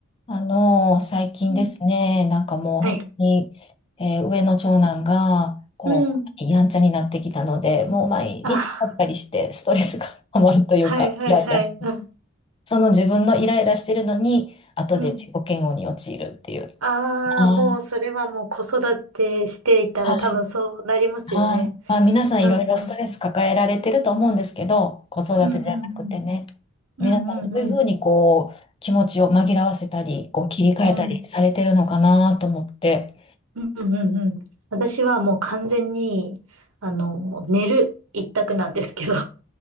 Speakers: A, on the left; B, on the right.
A: あの、最近ですね、
B: うん。
A: なんかもう本当に、
B: はい。
A: えー上の長男が、こう、
B: うん。
A: やんちゃになってきたので、もう毎日パリパリしてストレスが
B: あ、
A: <laughs> 溜まるというか、
B: はいはいはい。
A: イライラする。
B: うん。
A: その自分のイライラしてるのに、後で自己嫌悪に陥るっていう。
B: うん。ああ、
A: あー
B: もうそれはもう子育てしていたら多分そうなりますよね。
A: はい。はい。まあ、皆さんいろいろストレス抱えられてると思うんですけど、
B: うんうん。
A: 子育てじゃなくてね、
B: うんうんうん。
A: 皆さんどういうふうにこう、
B: うんうんうん。
A: 気持ちを紛らわせたり、こう、切り替えたりされてるのかなと思って。
B: うんうんうんうん。私はもう完全に、あの、もう寝る一択なんですけど。